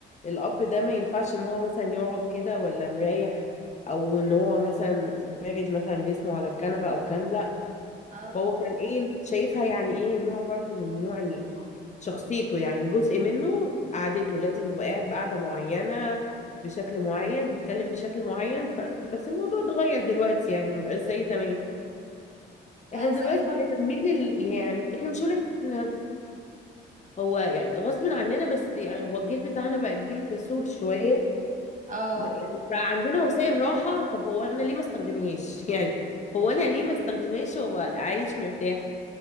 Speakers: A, on the left (about 35°); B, on the right (about 40°).
A: الاب ده ما ينفعش ان هو مثلا يقعد كده ولا مريح او ان هو مثلا فارد مثلا جسمه على الكنبه او الكلام ده
B: اه
A: هو كان ايه شايفها يعني ايه نوع برضو من نوع ال- شخصيته يعني جزء منه قعدته لازم يبقى قاعد بقعدة معينة بشكل معين بيتكلم بشكل معين ف... بس الموضوع اتغير دلوقتي يعني مبقاش زي زمان
B: آه،
A: احنا دلوقتي
B: زمان برضه
A: بقينا بنميل لل... ل- يعني احنا مش هقول احنا هو يعني غصب عننا بس يعني هو الجيل بتاعنا بقى جيل كسول شوية
B: اه
A: م- يعني بقى عندنا وسائل راحة طب هو انا ليه ما استخدمهاش <laughs> يعني هو انا ليه ما استخدمهاش وابقى عايش مرتاح